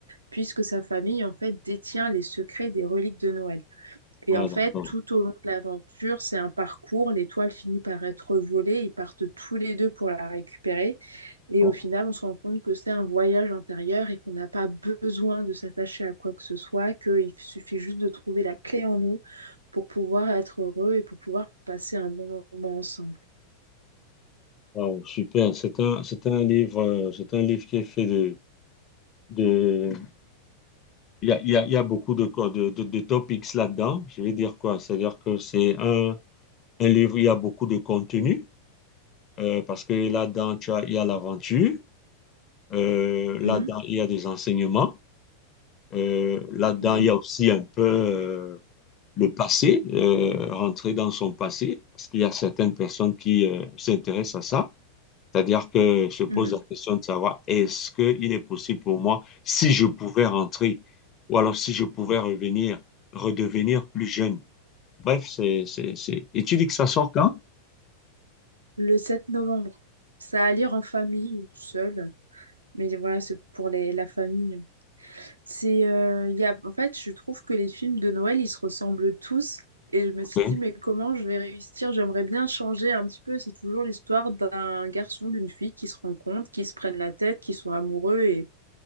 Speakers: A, on the right; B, on the left.
A: puisque sa famille, en fait, détient les secrets des reliques de Noël. Et
B: Ouais,
A: en fait,
B: d'accord.
A: tout au long de l'aventure, c'est un parcours. L'étoile finit par être volée. Ils partent tous les deux pour la récupérer. Et
B: Bon.
A: au final, on se rend compte que c'est un voyage intérieur et qu'on n'a pas besoin de s'attacher à quoi que ce soit, qu'il suffit juste de trouver la clé en nous pour pouvoir être heureux et pour pouvoir passer un bon moment ensemble.
B: Wow, super. C'est un, c'est un livre, euh, c'est un livre qui est fait de, de, il y a, il y a, il y a beaucoup de, co- de, de, de topics là-dedans. Je vais dire quoi? C'est-à-dire que c'est un, un livre, il y a beaucoup de contenu, euh, parce que là-dedans, tu as, il y a l'aventure, euh, là-dedans,
A: Mhm,
B: il y a des enseignements, euh, là-dedans,
A: oui.
B: il y a aussi un peu, euh, le passé, euh, rentrer dans son passé, parce qu'il y a certaines personnes qui euh, s'intéressent à ça, c'est-à-dire que se pose
A: Mhm.
B: la question de savoir est-ce qu'il est possible pour moi, si je pouvais rentrer, ou alors si je pouvais revenir, redevenir plus jeune. Bref, c'est, c'est, c'est... Et tu dis que ça sort quand?
A: Le 7 novembre. Ça à lire en famille ou seul. Mais voilà, c'est pour les, la famille. C'est, euh, il y a, en fait, je trouve que les films de Noël, ils se ressemblent tous. Et je me
B: Ok,
A: suis dit, mais comment je vais réussir? J'aimerais bien changer un petit peu. C'est toujours l'histoire d'un garçon, d'une fille qui se rencontrent, qui se prennent la tête, qui sont amoureux. Et,